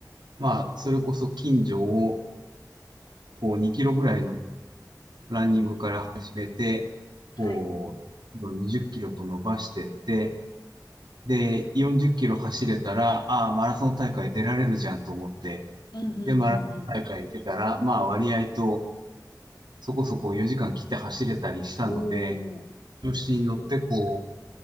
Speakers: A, on the right; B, on the left.
A: う、まあ、それこそ近所を、こう、2キロぐらいのランニングから始めて、
B: うんうんはい。
A: こう、20キロと伸ばしてって、で、40キロ走れたら、ああ、マラソン大会出られるじゃんと思って、
B: うんうんうんうん
A: で、マラソン大会出たら、まあ割合とそこそこ4時間切って走れたりしたので、
B: おー
A: 調子に乗ってこう、
B: すごい